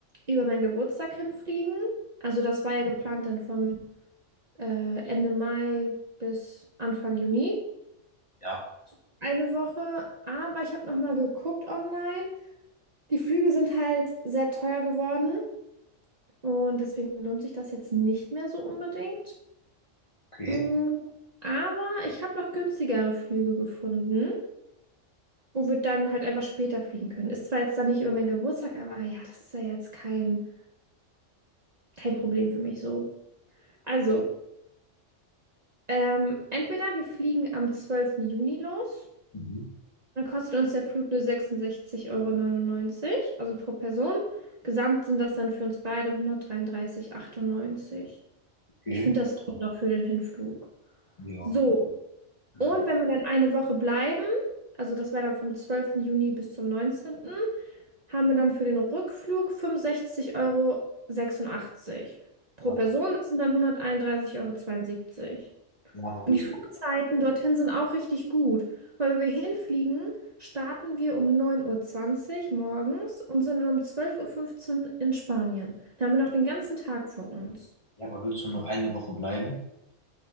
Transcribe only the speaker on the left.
ja,
okay.
Mhm.
Okay.
ja.
also,
Ja,
Ja, aber
willst,
ja, aber willst du nur eine Woche bleiben?